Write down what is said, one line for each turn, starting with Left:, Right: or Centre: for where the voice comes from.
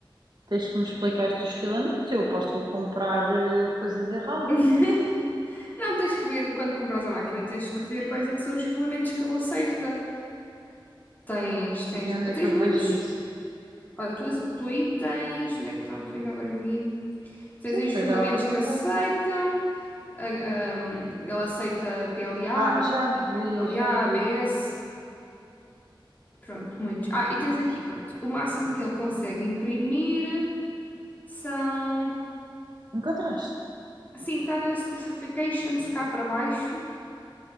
Right: tens que me explicar estes filamentos. Eu aposto que vou comprar eh, coisas erradas.
Left: <laughs> Não, tens que ver, quando compras a máquina, tens que ver quais é que são os filamentos que ele aceita. Tens, tens,
Right: E
Left: tens
Right: onde é que eu
Left: muitos.
Right: vejo isso? Não
Left: Olha, tu, tu aí tens, onde é que estão, que eu ainda agora vi? Tens
Right: Sei,
Left: aí
Right: porque
Left: os filamentos
Right: dá a perguntar.
Left: que aceitam, a- ahm, ele aceita PLA,
Right: Ah, já vi,
Left: hiper-PLA,
Right: já vi.
Left: ABS, pronto, muitos. Ah, e tens aqui, pronto, o máximo que ele consegue imprimir são,
Right: Encontraste?
Left: assim, está nas specifications cá para baixo,